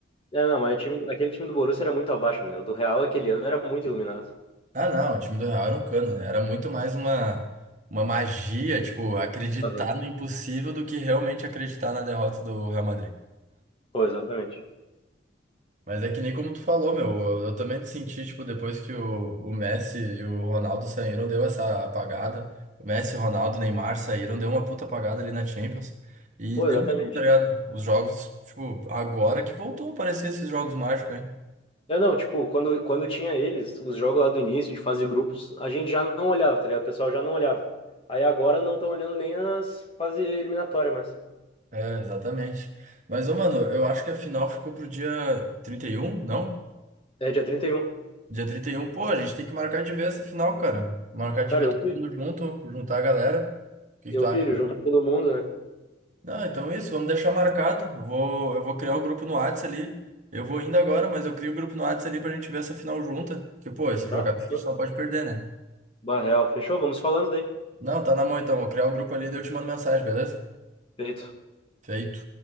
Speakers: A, on the left; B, on the right.
A: É, não, mas o time, aquele time do Borussia era muito abaixo, né? O do Real aquele ano era muito iluminado.
B: Ah, não, o time do Real era um cano, né? Era muito mais uma, uma magia, tipo, acreditar
A: Aham.
B: no impossível do que realmente acreditar na derrota do Real Madrid, né
A: Pô, exatamente.
B: Mas é que nem como tu falou, meu, eu, eu também te senti, tipo, depois que o, o Messi e o Ronaldo saíram, deu essa apagada. O Messi, Ronaldo, Neymar saíram, deu uma puta apagada ali na Champions. E
A: Pô,
B: deu
A: exatamente.
B: mesmo, tá ligado? Os jogos, tipo, agora que voltou a aparecer esses jogos mágicos, hein?
A: Não, não, tipo, quando, quando tinha eles, os jogos lá do início, de fase de grupos, a gente já não olhava, tá ligado? O pessoal já não olhava. Aí agora não estão olhando nem as fases eliminatórias mais.
B: É, exatamente. Mas, ô, mano, eu acho que a final ficou pro dia trinta e um não?
A: É dia 31.
B: Dia trinta e um pô, a gente tem que marcar de ver essa final, cara. Marcar de
A: Cara,
B: ver
A: eu
B: todo
A: pilho,
B: mundo junto, juntar a galera. O que
A: eu
B: que tu acha?
A: pilho, junto com todo mundo, né?
B: Não, então é isso, vamos deixar marcado. Eu vou, eu vou criar o grupo no Whats ali. Eu vou indo agora, mas eu crio um grupo no Whats ali pra gente ver essa final junta. Porque, pô, esse
A: Tá,
B: jogado
A: fechou.
B: a gente não pode perder, né?
A: Barreal, fechou, vamos falando daí.
B: Não, tá na mão então. Vou criar o grupo ali e eu te mando mensagem, beleza?
A: Feito.
B: Feito.